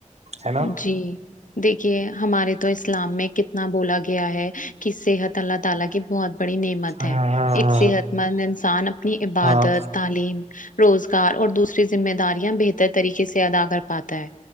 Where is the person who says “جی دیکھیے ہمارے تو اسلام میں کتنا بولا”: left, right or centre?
Left